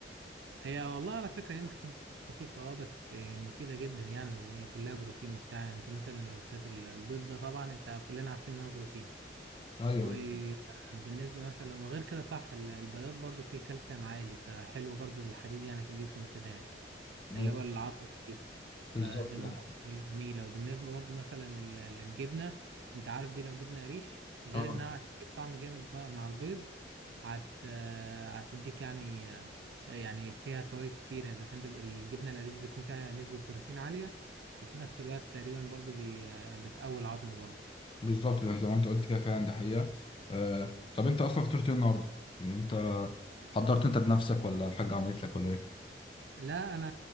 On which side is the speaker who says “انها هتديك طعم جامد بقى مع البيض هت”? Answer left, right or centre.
Right